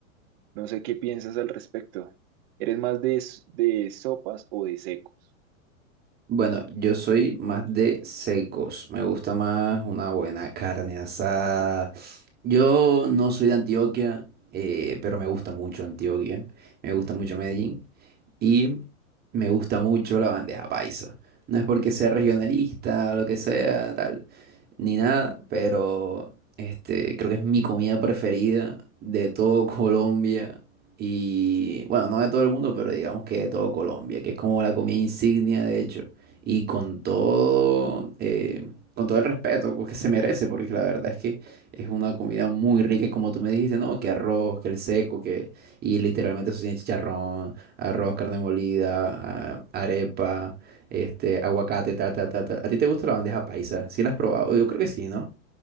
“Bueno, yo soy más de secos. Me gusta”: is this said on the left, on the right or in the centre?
Right